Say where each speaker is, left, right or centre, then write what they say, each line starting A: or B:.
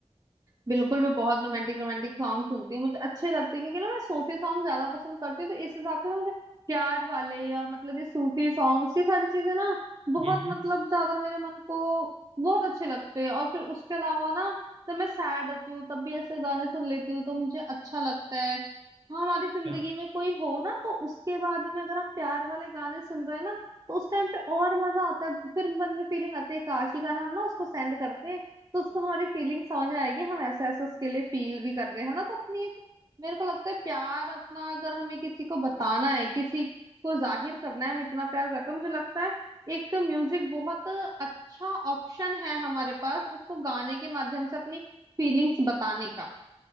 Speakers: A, on the right (about 35°); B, on the right (about 60°).
A: बिल्कुल मैं बहुत रोमांटिक रोमांटिक सॉन्ग सुनती हूँ मुझे अच्छे लगते हैं क्योंकि ना मैं सूफी सॉन्ग ज्यादा पसंद करती हूँ तो इस हिसाब से ना मुझे प्यार वाले और मतलब ये सूफी सॉन्ग्स ये सारी चीजें ना बहुत
B: हम्म हम्म,
A: मतलब ज्यादा मेरे मन को बहुत अच्छे लगते हैं और फिर उसके अलावा ना जब मैं सैड होती हूँ तब भी ऐसे गाने सुन लेती हूँ तो मुझे अच्छा लगता है हाँ हमारी
B: अच्छा
A: जिंदगी में कोई हो ना तो उसके बाद में अगर हम प्यार वाले गाने सुन रहे हैं ना तो उस टाइम पे और मजा आता है फिर मन में फीलिंग आती है काश ये गाना हम ना उसको सेंड करते हैं तो उसको हमारी फीलिंग समझ आएगी हम ऐसे ऐसे उसके लिए फील भी कर रहे हैं ना तो अपनी एक मेरे को लगता है प्यार अपना अगर हमें किसी को बताना है किसी को जाहिर करना है हम इतना प्यार करते हैं मुझे लगता है एक म्यूजिक बहुत अच्छा ऑप्शन है हमारे पास उसको गाने के माध्यम से अपनी फीलिंग्स बताने का